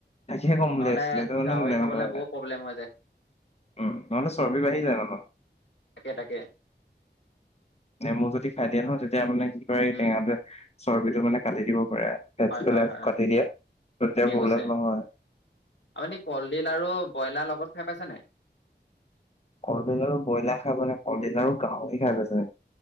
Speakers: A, on the left; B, on the left.
A: তাকে হে ক'ম বুলি
B: নহ'লে
A: আইছিলোঁ এইটো মানে
B: গাহৰি
A: <unintelligible>
B: খাবলে বহুত প্ৰব্লেম হৈ যায়
A: উম নহ'লে চৰ্বি বাঢ়ি যায় ন।
B: তাকে, তাকে।
A: নেমু যদি খাই দিয়ে নহয় তেতিয়া মানে কি কৰে এই
B: উম
A: টেঙাটো চৰ্বিটো মানে কাটি দিব পাৰে। ফেট
B: হয়,
A: বিলাক
B: হয়, হয়
A: কাটি দিয়ে তেতিয়া
B: ঠিকে
A: প্ৰব্লেম
B: কৈছে,
A: নহয়
B: আপুনি কলডিল আৰু ব্ৰইলাৰ লগত খাই পাইছে নাই?
A: কলডিল আৰু ব্ৰইলাৰ খাই পোৱা নাই কলডিল আৰু গাহৰি খাই পাইছোঁ।